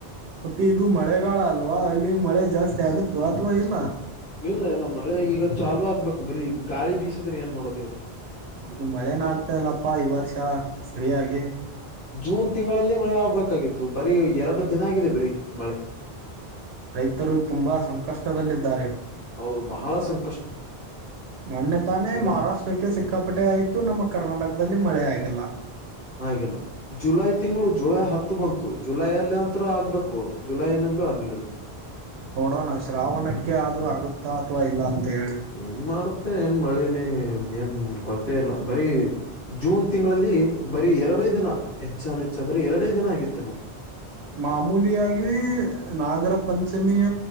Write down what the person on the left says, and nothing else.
ಇಲ್ಲ ಇಲ್ಲ ಮಳೆ ಈಗ ಚಾಲೂ ಆಗ್ಬೇಕು ಬರೀ ಗಾಳಿ ಬೀಸದ್ರೆ ಏನ್ ಮಾಡೋದು ಹೇಳ್ರೀ.
ಜೂನ್ ತಿಂಗಳಲ್ಲಿ ಮಳೆ ಆಗ್ಬೇಕಾಗಿತ್ತು ಬರೀ ಎರಡು ದಿನಾ ಆಗಿದೆ ಬರಿ ಮಳೆ.
ಹೌದು ಬಹಳಾ ಸಂ
ಈಗ
ಆಗಿಲ್ಲಾ. ಜುಲೈ ತಿಂಗಳು ಜುಲೈ ಹತ್ತು ಬಂತು ಜುಲೈ ಅಲ್ಲಿ ಅಂತ್ರು ಆಗ್ಬೇಕು ಜುಲೈನಲ್ಲೂ ಆಗ್ಲಿಲ್ಲಾ.
ಏನ್ ಮಾಡುತ್ತೆ ಏನ್ ಮಳೇನೆ ಏನ್ ಗೊತ್ತೇ ಇಲ್ಲಾ ಬರಿ. ಜೂನ್ ತಿಂಗಳಲ್ಲಿ ಬರೀ ಎರಡೇ ದಿನಾ ಹೆಚ್ಚಾನ ಹೆಚ್ಚ ಅಂದ್ರೆ ಎರಡೇ ದಿನಾ ಆಗಿತ್ತೆ ನೋಡ.